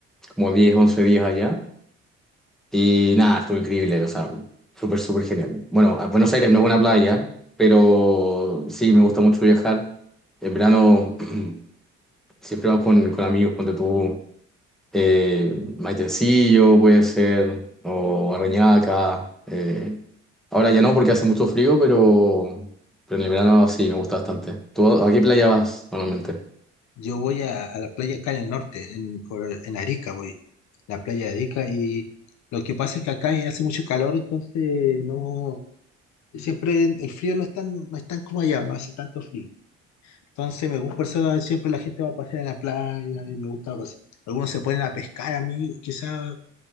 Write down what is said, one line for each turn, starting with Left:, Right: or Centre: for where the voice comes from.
Centre: como 10 11 días allá. Y nada, estuvo increíble, o sea, súper, súper genial. Bueno, a- Buenos Aires no es una playa, pero sí, me gusta mucho viajar. En verano <clears throat> siempre vamos con, con amigos, ponte tú eh, maitencillo puede ser, o arrañaca. eh. Ahora ya no porque hace mucho frío, pero, pero en el verano sí, me gusta bastante. ¿Tú a qué playa vas normalmente?
Left: Yo voy a, a la playa acá en el norte, en, por- en Arica voy, la playa de Arica, y lo que pasa es que acá hace mucho calor, entonces no, siempre el frío no es tan, no es tan como allá, no hace tanto frío. Entonces me gusta, por eso siempre la gente va a pasear a la playa, y me gusta pasear. Algunos se ponen a pescar a mí, quizá,